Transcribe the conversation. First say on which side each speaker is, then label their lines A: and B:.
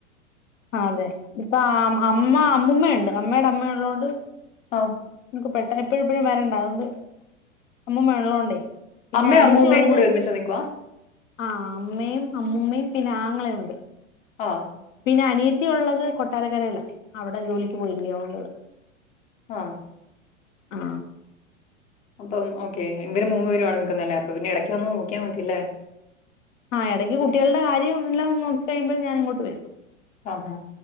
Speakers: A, on the left; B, on the left.
A: അ അതെ ഇപ്പ അമ്മ അമ്മയുണ്ട് അമ്മയുടെ അമ്മയ ഉള്ളതുകൊണ്ട്
B: ആഹ്
A: എക്ക് പെട്ട <unintelligible> എപ്പോഴും ഇപ്പോഴും വരണ്ട അതുകൊണ്ട് അമ്മുമ്മഉള്ളത്ണ്ട് പിന്നെ
B: അമ്മയും
A: അനിയത്തി
B: അമ്മൂമ്മയും
A: ഉള്ളത്
B: കൂടി ഒരുമിച്ചാ നിക്കുവാ
A: ആ അമ്മയും അമ്മൂമ്മയും പിന്നെ ആങ്ങളെയുണ്ട്
B: ആ
A: പിന്നെ അനിയത്തി ഉള്ളത് കൊട്ടാരക്കരല്ല അവിടെ ജോലിക്ക് പോയില്ലോ അതോണ്ട്
B: ആഹ്
A: ആ
B: അപ്പം ഓക്കേ ഇവര് മൂന്ന് പേരും ആണ് നിക്കുന്നല്ലേ അപ്പൊ പിന്നെ ഇടയ്ക്ക് വന്ന് നോക്കിയാൻ മതിയല്ലേ
A: ആ ഇടയ്ക്ക് കുട്ടികളുടെ കാര്യം എല്ലാം നോക്കി കഴിയുമ്പോൾ ഞാൻ ഇങ്ങോട്ട് വരും
B: ആ ഹാ